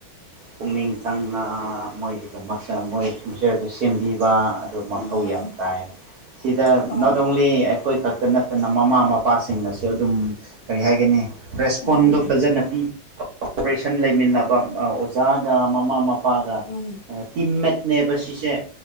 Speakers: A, on the right (about 60°); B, on the left (about 45°).
A: ꯄꯨꯛꯃꯤꯅꯤꯡ ꯁ ꯃꯣꯏꯒꯤꯗꯃꯛꯇ ꯃꯣꯏ ꯐ꯭ꯌꯨꯆꯔꯗꯨ ꯁꯦꯝꯕꯤꯕ ꯃꯊꯧ
B: ꯎꯝ
A: ꯌꯥꯝ ꯇꯥꯏ ꯁꯤꯗ ꯅꯣꯠ
B: ꯍꯣꯏ
A: ꯑꯣꯡꯂꯤ ꯑꯩꯈꯣꯏ ꯈꯛ ꯇ ꯅꯠꯇꯅ ꯃꯃꯥ ꯃꯄꯥꯁꯤꯡꯅꯁꯨ ꯑꯗꯨꯝ ꯀꯔꯤ ꯍꯥꯏꯒꯅꯤ ꯔꯦꯁꯄꯣꯟꯗꯣ
B: ꯎꯝ
A: ꯐꯖꯅ ꯄꯤ ꯑꯣꯄꯔꯦꯁꯟ ꯂꯩꯃꯤꯟꯅꯕ ꯑꯣꯖꯥꯒ ꯃꯃꯥ ꯃꯄꯥꯒ
B: ꯎꯝ
A: ꯇꯤꯝꯃꯦꯠꯅꯦꯕ ꯁꯤꯁꯦ